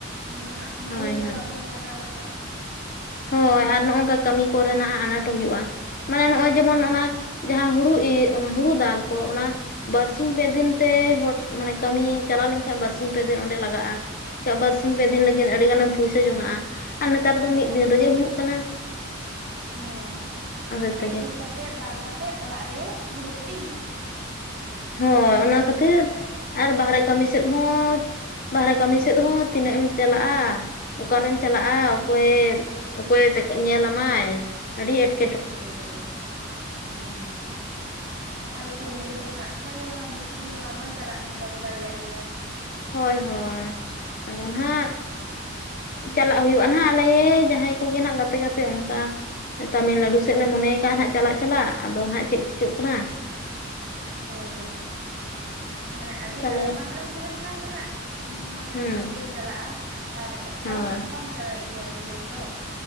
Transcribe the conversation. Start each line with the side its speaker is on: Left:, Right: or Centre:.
Right: ᱩᱱᱫᱚ ᱦᱟᱸᱜ ᱢᱩᱞᱭᱟᱹ
Left: ᱦᱳᱭ
Right: ᱜᱮ
Left: ᱦᱳᱭ
Right: ᱵᱟᱵᱚᱱ ᱞᱟᱜᱟᱣ ᱠᱚᱣᱟ
Left: ᱦᱳᱭ ᱟᱨ ᱱᱚᱜᱼ ᱱᱚᱝᱠᱟ ᱠᱟᱹᱢᱤ ᱠᱚ ᱨᱮᱱᱟᱜ ᱟᱱᱟᱴ ᱦᱩᱭᱩᱜᱼᱟ ᱢᱟᱱᱮ ᱱᱚᱜᱼᱚᱭ ᱡᱮᱢᱚᱱ
Right: ᱦᱮᱸ
Left: ᱚᱱᱟ ᱡᱟᱦᱟᱸ ᱦᱩᱲᱳ ᱤᱭᱹ ᱦᱳᱲᱳ ᱫᱟᱞ ᱠᱚ ᱚᱱᱟ ᱵᱟᱨ ᱥᱤᱧ ᱯᱮ ᱫᱤᱱ ᱛᱮ ᱦᱚ ᱢᱟᱱᱮ ᱠᱟᱹᱢᱤ ᱪᱟᱞᱟᱣ ᱞᱮᱱᱠᱷᱟᱱ ᱵᱟᱨ ᱥᱤᱧ ᱯᱮ ᱫᱤᱱ ᱚᱸᱰᱮ ᱞᱟᱜᱟᱜᱼᱟ ᱪᱚᱸ ᱵᱟᱨᱥᱤᱧ ᱯᱮ
Right: ᱦᱮᱸ
Left: ᱫᱤᱱ ᱞᱟᱹᱜᱤᱫ ᱟᱹᱰᱤ ᱜᱟᱱᱮ ᱮᱢ ᱯᱩᱭᱥᱟᱹ ᱡᱚᱝᱱᱟᱜᱼᱟ ᱟᱨ ᱱᱮᱛᱟᱨ
Right: ᱦᱮᱸ
Left: ᱫᱚ ᱢᱤᱫ ᱫᱤᱱᱹ ᱨᱮᱹᱜᱮ ᱦᱩᱭᱩᱼᱜ ᱠᱟᱱᱟᱹ
Right: ᱦᱮᱸ
Left: ᱛᱮᱜᱮ
Right: ᱢᱟᱱᱮ ᱤᱨ ᱠᱟᱛᱮᱼᱜ ᱫᱟᱞ ᱠᱟᱛᱮᱼᱜ ᱚᱲᱟᱼᱜ ᱨᱮ ᱦᱩᱲᱩ ᱠᱟᱛᱮᱼᱜ ᱦᱤᱡᱩᱜ ᱠᱟᱱᱟᱹ
Left: ᱦᱳᱭᱸ ᱚᱱᱟ ᱠᱷᱟᱹᱛᱤᱨ ᱟᱨ ᱵᱟᱦᱨᱮ ᱠᱟᱹᱢᱤ ᱥᱮᱫ ᱦᱚᱸ ᱵᱟᱨ ᱨᱮ ᱠᱟᱹᱢᱤ ᱥᱮᱫ ᱦᱚᱸ ᱛᱤᱱᱟᱹᱜ ᱮᱢ ᱪᱟᱞᱟᱜᱼᱟᱹ ᱚᱠᱟᱨᱮᱢ ᱪᱟᱞᱟᱜᱼᱟ ᱚᱼᱠᱚᱭ ᱚᱼᱠᱚᱭ ᱵᱮᱹᱠᱮᱫ ᱧᱮᱞ ᱟᱢᱟᱭᱸ ᱟᱹᱰᱤ ᱮᱸᱴᱮᱴᱮᱹ
Right: ᱦᱳᱭᱸ ᱦᱳᱭᱹ ᱦᱮᱸ ᱦᱮᱸ ᱟᱨ ᱠᱩᱲᱤ ᱜᱤᱫᱽᱨᱟᱹ ᱫᱚ ᱦᱟᱸᱜ ᱥᱟᱺᱜᱤᱧ ᱢᱟ ᱵᱮᱥ ᱥᱟᱺᱜᱤᱧ ᱢᱟᱵᱚᱱ ᱪᱟᱞᱟᱜᱼᱟᱹ ᱵᱟᱵᱚ ᱫᱟᱲᱮᱭᱟᱼᱜ ᱜᱮᱭᱼᱟ᱾
Left: ᱦᱳᱭᱸ ᱦᱳᱭᱸ ᱟᱫᱚ ᱱᱟᱦᱟᱼᱜ ᱪᱟᱞᱟᱜᱼᱟᱹ ᱦᱩᱭᱩᱜᱼᱟ ᱦᱟᱸᱜ ᱟᱼᱞᱮ ᱡᱟᱦᱟᱸᱭ ᱠᱚ ᱜᱮ ᱱᱟᱜ ᱜᱟᱛᱮ ᱜᱟᱛᱮ ᱚᱱᱠᱟ᱾ ᱛᱟᱢᱤᱞᱱᱟᱲᱩ ᱥᱮᱫ
Right: ᱦᱳᱭ
Left: ᱞᱮ ᱢᱚᱱᱮᱭ
Right: ᱦᱳᱭ
Left: ᱟᱠᱟᱜᱼᱟ ᱦᱟᱸᱜ ᱪᱟᱞᱟᱜᱼᱟᱹ ᱪᱟᱞᱟᱜᱼᱟ ᱟᱫᱚ ᱱᱟᱜᱹ ᱪᱮᱫ ᱪᱤᱠᱟᱹᱜ ᱠᱟᱱᱟ
Right: ᱦᱳᱭᱸ ᱦᱳᱭᱸ ᱢᱟᱱᱮ ᱟᱹᱰᱤ
Left: ᱛᱟᱦᱚᱞᱮ
Right: ᱟᱭᱢᱟᱹ ᱦᱚᱲ ᱮᱢ ᱛᱟᱦᱮᱸᱱ ᱠᱷᱟᱱ ᱫᱚ ᱦᱟᱸᱜ ᱢᱟᱱᱮ
Left: ᱦᱮᱸ
Right: ᱢᱚᱸᱡᱽ ᱜᱮᱢ ᱪᱟᱞᱟᱜᱼᱟ ᱟᱨᱹ ᱮᱠᱞᱟ
Left: ᱦᱳᱭ
Right: ᱫᱚ ᱦᱟᱸᱜ ᱵᱟᱢ ᱪᱟ ᱫᱟᱲᱮᱜ ᱜᱮᱼᱭᱟ ᱩᱱ ᱡᱷᱟᱹᱞ ᱛᱚ᱾